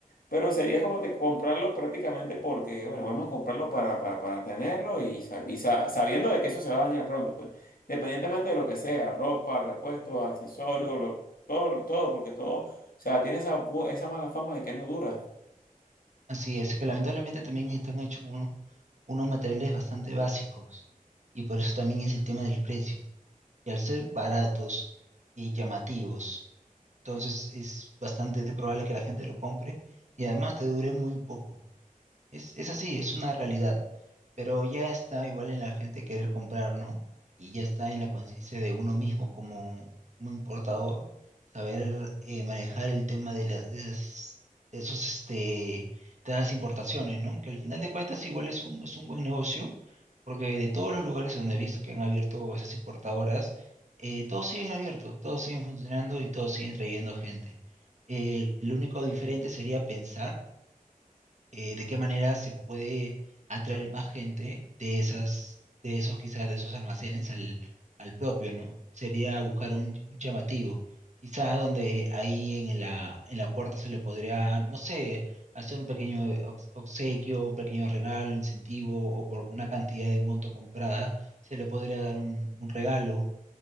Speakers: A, on the left; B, on the right.
A: pero sería como te- comprarlo prácticamente porque, bueno, vamos a comprarlo para, para, para tenerlo y, sa- y sa- sabiendo de que eso se va a dañar pronto, pues, independientemente de lo que sea, ropa, repuestos, accesorios, lo- todo, lo- todo, porque todo, o sea, tiene esa, bu- esa mala fama de que no dura.
B: Así es, que lamentablemente también están hechos unos, unos materiales bastante básicos y por eso también es el tema del precio. Y al ser baratos y llamativos, entonces es bastante probable que la gente lo compre y además te dure muy poco. Es, es así, es una realidad, pero ya está igual en la gente querer comprar, ¿no? Y ya está en la conciencia de uno mismo como, como importador, saber eh, manejar el tema de, la- de esas, de esos, este, de esas importaciones, ¿no? Que al final de cuentas igual es un, es un buen negocio, porque de todos los lugares donde he visto que han abierto esas importadoras, eh, todos siguen abiertos, todos siguen funcionando y todos siguen trayendo gente. Eh, lo único diferente sería pensar eh, de qué manera se puede atraer más gente de esas, de esos quizás, de esos almacenes al, al propio, ¿no? Sería buscar un, un llamativo, quizá donde ahí en la, en la puerta se le podría, no sé, hacer un pequeño eh, obs- obsequio, un pequeño regalo, incentivo, o por una cantidad de monto comprada, se le podría dar un, un regalo.